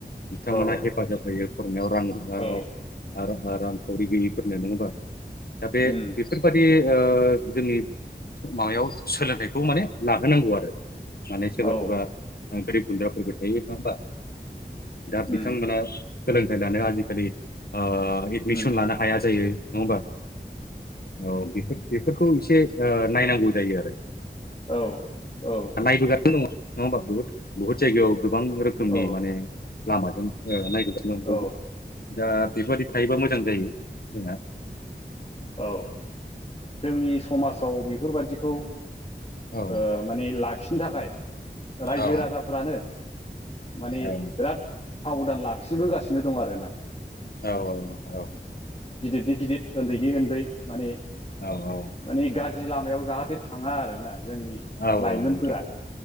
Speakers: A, on the left (about 60°); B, on the left (about 35°).
A: बिथांमोना
B: औ
A: हेफाजाब होयो। फरायनायाव रां रुफा
B: औ
A: रांखावरि गैयिफोरनो नङा होमबा? दा बे
B: उम
A: बेफोरबायदि ओ जोंनि माबायाव सोलोंथाइखौ माने लाहोनांगौ आरो‌। माने सोरबा
B: औ
A: सोरबा गोरिब गुन्द्राफोरबो थायो नङा होमबा? दा
B: उम
A: बिथांमोना सोलोंथाइ लानो आजिखालि ओ एडमिसन
B: उम
A: लानो हाया जायो। नङा ओमबा औ बे बेफोरखौ एसे ओ नायनांगौ जायो आरो।
B: औ औ
A: नायबोगासिनो नङा होमबा बहुत बहुत जायगायाव गोबां रोखोमनि
B: औ
A: माने लामाजों ओ नाय दा
B: औ
A: बेफोरबायदि थायोबा मोजां जायो जोंहा।
B: औ जोंनि समाजाव बेफोरबादिखौ।
A: औ
B: ओ माने लाखिनो थाखाय रायजो
A: औ
B: राजाफ्रानो। माने
A: औ
B: बिराद साबधान लाखिबोगासिनो दं आरोना।
A: औ औ औ
B: गिदिर नि गिदिर उन्दैनि उन्दै माने।
A: औ औ
B: माने गाज्रि लामायाव जाहाथे थाङा आरोना जोंनि
A: औ
B: लाइमोनफोरा।
A: औ नोंथां